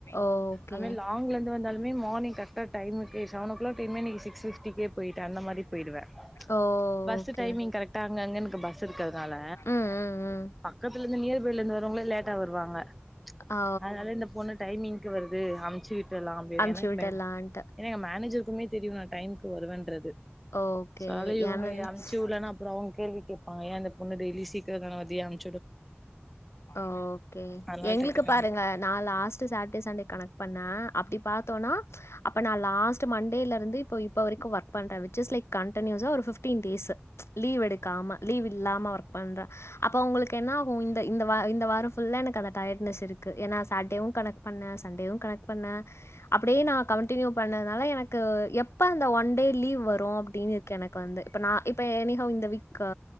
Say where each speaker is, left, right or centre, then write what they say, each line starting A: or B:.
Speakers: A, on the left; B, in the centre.
A: ஓகே.
B: அது மாரி லாங்ல இருந்து வந்தாலு மே மார்னிங் கரெக்ட்டா டைமுக்கு சவன் ஓ க்ளாக் டைம்னா இன்னக்கி நீ சிக்ஸ் ஃபிஃப்டிக்கே போயிட்டு அந்த மாரி போயிடுவே
A: ஓ!
B: Bus
A: okay.
B: டைமிங் கரெக்ட்டா அங்கங்க எனக்கு பஸ் இருக்கிறதுனால
A: ம், ம், ம்.
B: பக்கத்துல இருந்து நியர்பைல இருந்து வர்றவ்ங்களே லேட் ட்டா வருவாங்க
A: ஓ!
B: அதனால இந்த பொண்ணு டைமிங்க்கு வருது அம்ச்சு விட்றலாம்
A: அனுப்பிச்சு
B: எனக்குமெங்
A: விட்டர்லான்ட்டு.
B: ஏனா எங்க மேனேஜர்க்குமே தெரியு நா டைம்க்கு வருவேன்றது
A: ஓகே.
B: சோ அதனால இவ்ங்க
A: ஏன்னா
B: எ அம்ச்சுட்லனா அப்றோ அவ்ங்க கேள்வி கேப்பாங்க ஏ இந்த பொண்ணு டெய்லி சீக்கிர தான் வருது ஏ அம்
A: ஓகே
B: அதனால
A: எங்களுக்கு
B: டக்கு டக்குனு
A: பாருங்க நா லாஸ் ட்ரு சாட்டடே சண்டே கனெக்ட் பண்ணா அப்டி பாத்தோனா அப்ப நா லாஸ்ட்டு மண்டேல இருந்து இப்ப இப்ப வரைக்கு ஒர்க் பண்றே வி்ச் இஸ் லைக் கண்டனியூஸா ஒரு ஃபிஃப்ட்டீன் டேஸு லீவ் எடுக்காம லீவ் இல்லாம ஒர்க் பண்ற அப்ப உங்களுக்கு என்ன ஆகு இந்த இந்த வா இந்த வார ஃபுல்லா எனக்கு அந்த டயர்ட்னஸ் இருக்கு ஏனா சாட்டேவு கனெக்ட் பண்ணே சண்டேவு கனெக்ட் பண்ணே அப்டியே நா கண்டினியூ பண்ணதுனால எனக்கு எப்ப அந்த ஒன் டே லீவ் வரு அப்டின்னு இருக் கு எனக்கு வந்து இப்ப நா இப்ப எனி ஹொவ் இந்த வீக்கு